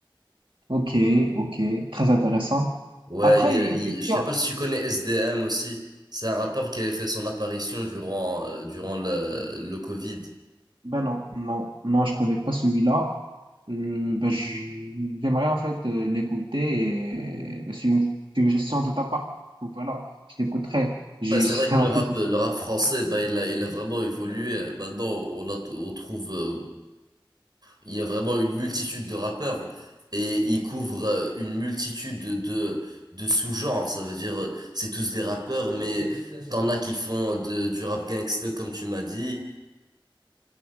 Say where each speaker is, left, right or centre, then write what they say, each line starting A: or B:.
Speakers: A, on the right (about 70°); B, on the right (about 50°).
A: ok, ok, très intéressant.
B: Ouais,
A: Après,
B: il y a-
A: une
B: il-
A: question.
B: je sais pas si tu connais S D M aussi. C'est un rappeur qui avait fait son apparition durant, euh, durant le, le Covid.
A: Ben non, non, non, je connais pas celui-là. Euh, ben, je- j'aimerais en fait euh, l'écouter et ben, c'est une c'est une suggestion de ta part. Donc voilà, je l'écouterai. J'ai-
B: Ouais, c'est
A: j'ai-
B: vrai que
A: en
B: le rap,
A: fait-
B: le rap français, bah, il a, il a vraiment évolué. Maintenant, on, a- on trouve euh, Il y a vraiment une multitude de rappeurs et ils couvrent euh, une multitude de de sous-genres. Ça veut dire euh, c'est tous des rappeurs, mais t'en as qui font de, du rap gangsta comme tu m'as dit.